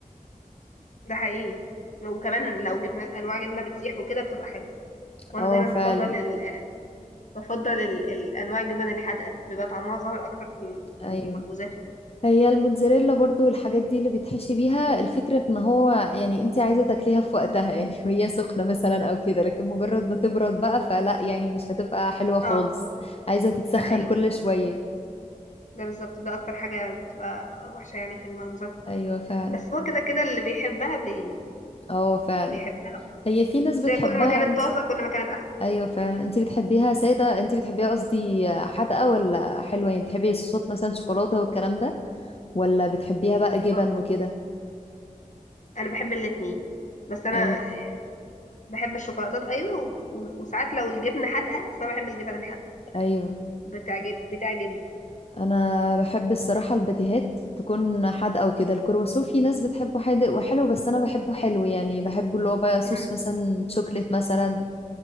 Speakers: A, on the left (about 60°); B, on the left (about 45°).
A: ده حقيقي وكمان لو جبنه انواع جبنه بتسيح وكده بتبقى حلوه وانا
B: اه
A: دايما
B: فعلا
A: بفضل ال... بفضل ال... الانواع الجبن الحادقه بيبقى طعمها ظاهر اكتر في ال- في
B: ايوه
A: المخبوزات وكده
B: هي الموتزاريلا برضو والحاجات دي اللي بيتحشي بيها الفكرة ان هو يعني انت عايزة تاكليها في وقتها يعني <laughs> وهي سخنة مثلا او كده لكن مجرد ما تبرد بقى فلا يعني مش هتبقى حلوة خالص
A: اه
B: عايزة تتسخن
A: ده حقيقي
B: كل شوية
A: ده بالظبط ده اكتر حاجه بتبقى وحشه يعني في المخبوزات وكده
B: ايوه فعلا
A: بس هو كده كده اللي بيحبها بي...
B: اه فعلا
A: بيحبها
B: هي في ناس
A: بس
B: بتحبها
A: هي كل ما كانت
B: انت
A: طازه كل ما كانت احسن
B: ايوه فعلا انتي بتحبيها ساده انتي بتحبيها قصدي حادقه ولا حلوه يعني بتحبي الصوصات مثلا شوكولاته والكلام ده ولا بتحبيها بقى جبن
A: اه
B: وكده
A: انا بحب الاتنين بس انا
B: ايوه
A: بحب الشوكولاتات ايوه و... و... وساعات لو الجبنه حادقه اصل انا بحب الجبن الحادقه
B: ايوه
A: بتعجب بتعجبني
B: انا بحب الصراحه الباتيهات تكون حادقه وكده الكرواسون في ناس بتحبه حادق وحلو بس انا بحبه حلو يعني بحبه اللي هو بقى صوص
A: امم
B: مثلا شوكليت مثلا